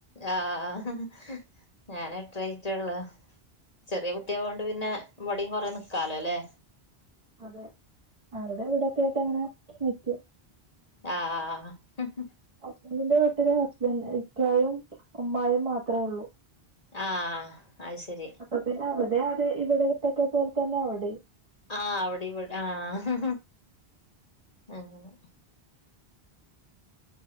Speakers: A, on the left (about 35°); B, on the right (about 30°).
A: ആ ആഹ്! !!!! ഞാനെട്ട രായിറ്റൊള്ളു ചെറിയ കുട്ടി ആയെ കൊണ്ട് പിന്നെ ഇവിടെയും കുറെ നിക്കാലോല്ലേ.
B: അതെ അവിടെ ഇവിടൊക്കെ ആയിട്ട് അങ്ങനെ നിൽക്കും.
A: ആഹ് ആഹ്
B: ഹസ്ബന്റിന്റെ വീട്ടിലെ ഹസ്ബൻഡും, ഇക്കായും, ഉമ്മായും മാത്രമേ ഉള്ളൂ.
A: ആഹ് അത് ശരി
B: അ പിന്നെ അവിടെ അതെ ഇവിടെത്തക്കെ പോലെ തന്നെ അവിടെ
A: ആഹ് അവിടെ ഇവി ആഹ് അങ്ങനെ